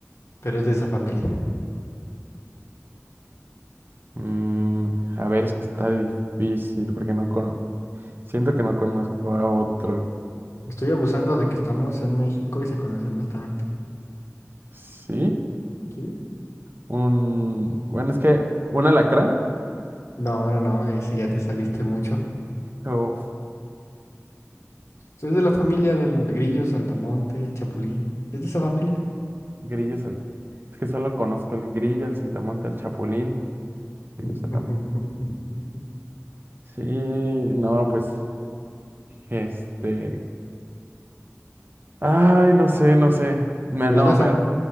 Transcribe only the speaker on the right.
mm, a ver, es que está difícil porque no con... siento que no conozco a otro.
¿Sí?
Un, bueno, es que un alacrán.
Uf,
grillo, sal- es que solo conozco el grillo, el saltamonte, el chapulín.
Sí, o sea, tam- sí, no, pues, este, ay, no sé, no sé, me,
no,
me,